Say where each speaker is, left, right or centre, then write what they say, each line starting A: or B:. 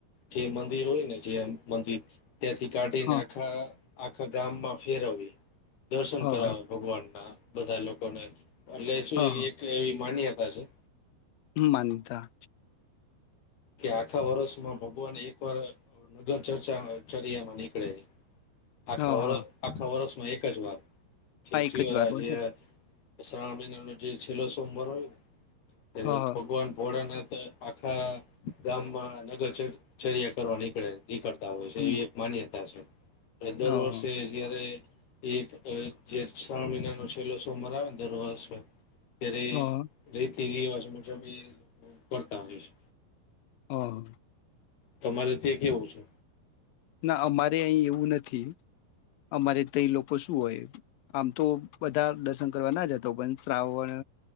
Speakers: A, on the left (about 60°); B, on the left (about 75°).
A: જે મંદિર હોય ને જે મંદિર ત્યાંથી કાઢીને
B: હા
A: આખા આખા ગામમાં ફેરવે. દર્શન
B: હા
A: કરાવ
B: હા
A: ભગવાનના બધા લોકોને એટલ શું
B: હા
A: એવી
B: હા
A: એક એવી માન્યતા હજ.
B: માનતા
A: કે આખા વર્ષમાં ભગવાન એકવાર નગર ચર્ચા ચર્યામાં નીકળે આખા
B: હા
A: વર
B: હા
A: આખા વરસ એક જ વાર છ
B: હા
A: સી
B: એક
A: હો
B: જ વારો
A: આ જે
B: છે
A: શ્રાવણ મહિના નો જે છેલ્લો સોમવાર હોય ને. તે
B: હા હા
A: ભગવાન ભોલે નાથ તો આખણા ગામમાં નગર ચ ચર્યા કરવા નીકળે. નીકળતા હોય છે
B: હમ
A: એવી એક માન્યતા છે. અને દર
B: હા
A: વર્ષે
B: હા
A: જ્યારે એ જે શ્રાવણ મહિનાનો છેલ્લો સોમવાર આવે ને દર વર્ષે ત્યારે
B: હા
A: લઇન તે રિવાજ મુજબ એ કરતા હોય છે.
B: હ
A: તમારે ત્યાં કેવું છે?
B: ના અમારે અહીં એવું નથી અમારે ત્ય લોકો શું હોય આમ તો બધા દર્શન કરવાના જતો પણ શ્રાવણ